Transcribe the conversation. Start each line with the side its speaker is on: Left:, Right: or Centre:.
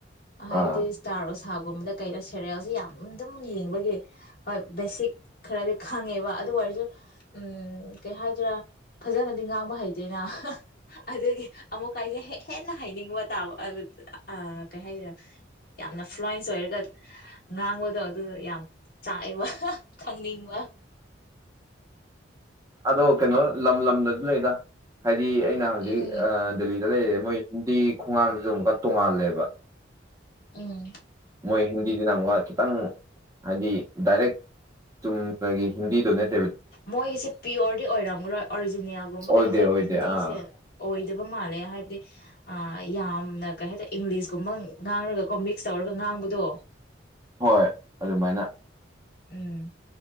Left: ꯍꯥꯏꯕꯗꯤ
Right: ꯑꯥ
Left: ꯏꯁꯇꯥꯔ ꯊꯥꯒꯨꯝꯕꯗ ꯀꯩꯅ ꯁꯦꯔꯦꯜꯁꯦ ꯌꯥꯝꯝ ꯌꯦꯡꯕꯒꯤ ꯍꯣꯏ ꯕꯦꯁꯤꯛ ꯈꯔꯗꯤ ꯈꯪꯉꯦꯕ ꯑꯗꯨ ꯑꯣꯏꯔꯁꯨ ꯎꯝ ꯀꯩ ꯍꯥꯏꯗꯔꯥ ꯐꯖꯅꯗꯤ ꯉꯥꯡꯕ ꯍꯩꯇꯦꯅ ꯑꯗꯨꯗꯒꯤ ꯑꯃꯨꯛ ꯀꯥꯏꯗꯦ ꯍꯦ ꯍꯦꯟꯅ ꯍꯥꯏꯅꯤꯡꯕ ꯇꯥꯕ ꯑꯗꯨ ꯀꯩ ꯍꯥꯏꯗꯔꯦ ꯌꯥꯝꯅ ꯐ꯭ꯂꯨꯋꯟꯁ ꯑꯣꯏꯔꯒ ꯉꯥꯡꯕꯗꯣ ꯑꯗꯨ ꯌꯥꯝ ꯆꯥꯏꯕ ꯈꯪꯅꯤꯡꯕ
Right: ꯑꯗꯣ ꯀꯩꯅꯣ ꯂꯝ ꯂꯝꯗꯁꯨ ꯂꯩꯗ ꯍꯥꯏ ꯗꯤ ꯑꯩꯅ ꯍꯧꯖꯤꯛ
Left: ꯎꯝ
Right: ꯗꯦꯜꯂꯤꯗ ꯂꯩ ꯃꯣꯏ ꯍꯤꯟꯗꯤꯒꯤ ꯈꯣꯡꯒꯥꯡꯁꯤꯗ ꯑꯃꯨꯛꯀ ꯇꯣꯡꯉꯥꯜꯂꯦꯕ
Left: ꯎꯝ
Right: ꯃꯣꯏ ꯍꯤꯟꯗꯤꯁꯤꯅ ꯑꯃꯨꯛꯀ ꯈꯤꯇꯪ ꯍꯥꯏꯗꯤ ꯗꯥꯏꯔꯦꯛ ꯆꯨꯝꯅꯒꯤ ꯍꯤꯟꯗꯤ ꯗꯣꯅꯦꯠ
Left: ꯃꯣꯏꯒꯤꯁꯦ ꯄꯤꯌꯣꯔꯗꯤ ꯑꯣꯏꯔꯝꯒꯔꯣꯏ ꯑꯣꯔꯤꯖꯤꯅꯦꯜꯒꯨꯝꯕ
Right: ꯑꯣꯏꯗꯦ
Left: ꯀꯩ ꯍꯥꯏꯖꯔꯦ
Right: ꯑꯣꯏꯗꯦ
Left: ꯍꯤꯟꯗꯤꯁꯦ
Right: ꯑꯥ
Left: ꯑꯣꯏ ꯑꯗꯨꯄꯥ ꯃꯥꯂꯦ ꯍꯥꯏꯕꯗꯤ ꯑ ꯌꯥꯝ ꯌꯥꯝꯅ ꯀꯩ ꯍꯥꯏꯇꯥꯔꯦ ꯏꯪꯂꯤꯁꯀꯨꯝꯕ ꯉꯥꯡꯔꯒꯀꯣ ꯃꯤꯛꯁ ꯇꯧꯔꯒ ꯉꯥꯡꯕꯗꯣ
Right: ꯍꯣꯏ ꯑꯗꯨꯃꯥꯏꯅ
Left: ꯎꯝ